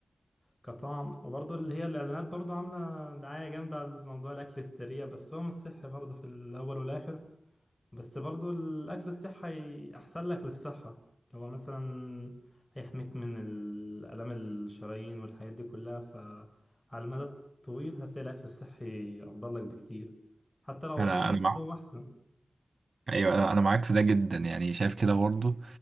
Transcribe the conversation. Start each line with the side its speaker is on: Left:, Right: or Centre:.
Left: كطعم وبرضه اللي هي الاعلانات برضه عامله دعايه جامده على موضوع الاكل السريع بس هو مش صحي برضه في الاول والاخر بس برضه الاكل الصحي احسن لك للصحه اللي هو مثلا هيحميك من الالام الشرايين والحاجات دي كلها فعلى المدى الطويل هتلاقي الاكل الصحي افضل لك بكتير حتى لو
Right: أنا
Left: صعب بس
Right: أنا معاك
Left: هو احسن
Right: ايوه انا أنا معاك في ده جدا يعني شايف كده برضه